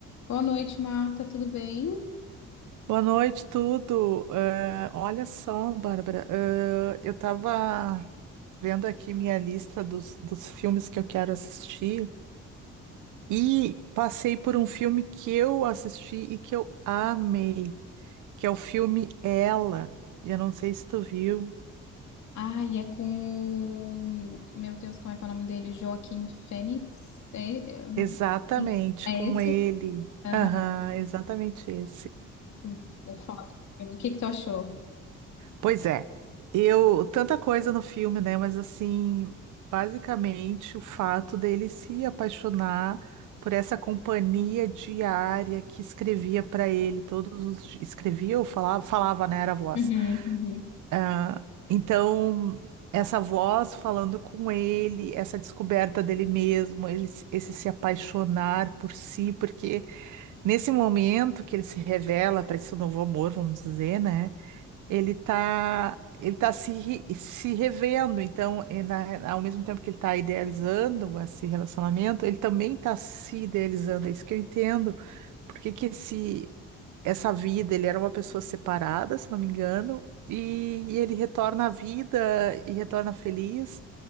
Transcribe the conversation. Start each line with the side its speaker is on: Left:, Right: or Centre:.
Left: Boa noite, Marta, tudo bem?
Right: Boa noite, tudo. Eh, olha só, Bárbara, eh, eu estava vendo aqui minha lista dos, dos filmes que eu quero assistir e passei por um filme que eu assisti e que eu amei, que é o filme Ela. Eu não sei se tu viu.
Left: Ai, é com o... Meu Deus, como é que é o nome dele? Joaquim Fênix? É, eu não
Right: Exatamente,
Left: sei. É
Right: com
Left: esse?
Right: ele.
Left: Aham.
Right: Aham, exatamente esse.
Left: Putz, é foda. O que que tu achou?
Right: Pois é, eu tanta coisa no filme, né? Mas assim, basicamente o fato dele se apaixonar por essa companhia diária que escrevia para ele todos os dias, escrevia ou falava, falava, né? Era a voz.
Left: Uhum, uhum,
Right: Ah, então essa voz falando com ele, essa descoberta dele mesmo, ele, se- esse se apaixonar por si, porque nesse momento que ele se revela para esse novo amor, vamos dizer, né? ele está ele tá se, re- se revendo. Então, é na- ao mesmo tempo que ele está idealizando esse relacionamento, ele também está se idealizando. É isso que eu entendo. Porque que esse, essa vida, ele era uma pessoa separada, se não me engano, e, e ele retorna à vida e retorna feliz.